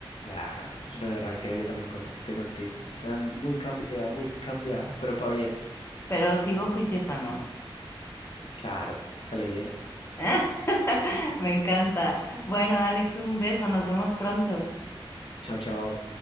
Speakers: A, on the left; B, on the left.
A: Ah, es una berraquera yo también contraté contigo. Está muy cambiada, muy cambiada, pero para bien.
B: pero sigo juiciosa, ¿no?
A: Claro, esa es la idea.
B: <laughs> Me encanta. Bueno, Alex, un beso, nos vemos pronto.
A: Chao, chao.